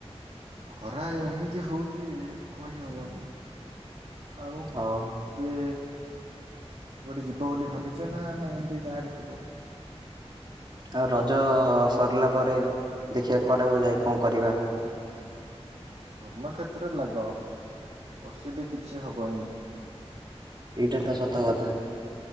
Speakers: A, on the right (about 65°); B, on the right (about 40°).
A: ଖରା ଏମିତି ହଉଛି କହିହବନି ଆଉ
B: ହଉ।
A: ଏବେ ଗୋଟେ ଯିବ ବୋଲି ଭାବିଛ ନା ଏମିତି ଗାଁ ରେ ଥିବ।
B: ଆଉ ରଜ ସରିଲା ପରେ ଦେଖିବାକୁ କୁଆଡ଼େକୁ ଯାଇ କଣ କରିବା।
A: କର୍ମକ୍ଷେତ୍ର ଲାଗ ପସିଲେ କିଛି ହବନି।
B: ଏଇଟା ତ ସତ କଥା